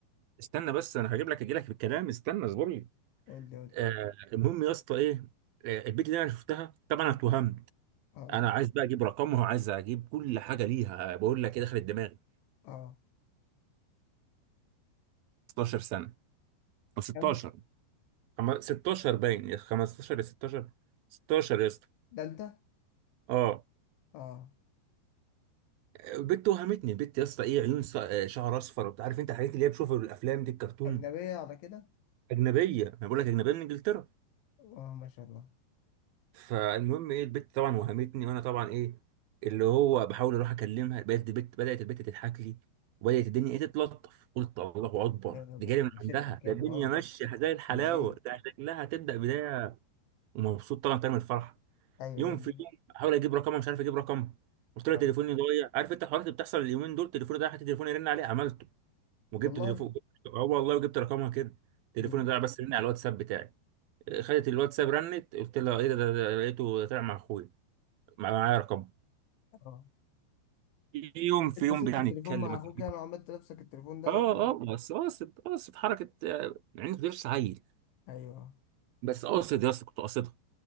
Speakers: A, on the right (about 70°); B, on the left (about 80°).
A: استنى بس انا هجيب لك اجي لك في الكلام استنى اصبر لي
B: قول لي قول لي
A: آه المهم يا اسطى ايه آه البيت اللي انا شفتها طبعا انا اتوهمت
B: اه
A: انا عايز بقى اجيب رقمها وعايز اجيب كل حاجه ليها بقول لك ايه دخلت دماغي
B: اه
A: 16 سنه او 16
B: كم
A: خم- 16 باين يا 15 يا 16 16 يا اسطى
B: ده انت
A: اه
B: اه
A: البت وهمتني البت يا اسطى ايه عيون ص- آه، شعر اصفر وبتعرف انت الحاجات اللي هي بشوفها في الافلام دي الكرتون
B: اجنبيه على كده
A: اجنبيه انا بقول لك اجنبيه من انجلترا
B: اه ما شاء الله
A: فالمهم ايه البت طبعا وهمتني وانا طبعا ايه اللي هو بحاول اروح اكلمها بقيت البت بدات البت تضحك لي وبدات الدنيا ايه تتلطف قلت الله اكبر
B: ده انا بتمشيت
A: دي جايه من عندها
B: لك يابا
A: ده الدنيا
B: اه
A: ماشيه زي الحلاوه
B: امال ايه
A: ده شكلها هتبدا بدايه ومبسوط طبعا كان من الفرحه
B: ايوه
A: يوم
B: والله
A: في يوم احاول اجيب رقمها مش عارف اجيب رقمها قلت
B: اه
A: لها تليفوني ضايع عارف انت الحوارات اللي بتحصل اليومين دول تليفوني ضايع حتى تليفوني يرن عليه عملته وجبت
B: والله
A: تليفون اه والله وجبت رقمها كده تليفوني
B: امم
A: ضايع بس رن على الواتساب بتاعي خدت الواتساب رنت قلت لها ايه ده ده ده لقيته طلع مع اخويا معايا رقم
B: اه
A: في يوم في
B: انت
A: يوم
B: سبت
A: يعني
B: التليفون
A: اتكلم
B: مع
A: أكلمك.
B: اخوك يعني وعملت نفسك التليفون ده
A: اه
B: ورحت
A: اه بس قاصد قاصد حركه آه، يعني غير سعيد
B: ايوه
A: بس قاصد يا اسطى كنت قاصدها